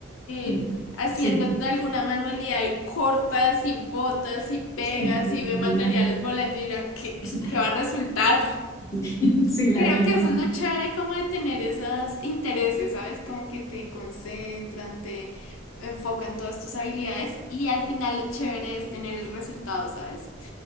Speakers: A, on the left; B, on the left.
A: Sí,
B: eh, haciendo
A: sí,
B: alguna manualidad y cortas y botas y pegas
A: sí,
B: y ve
A: amiga,
B: materiales volando y dirá, ¿qué, qué-
A: sí,
B: qué va a resultar?
A: <laughs> sí, la
B: Creo
A: verdad,
B: que eso es
A: sí.
B: lo chévere como de tener esos intereses, ¿sabes? Como que te concentran, te enfocan todas tus habilidades y al final lo chévere es tener el resultado, ¿sabes?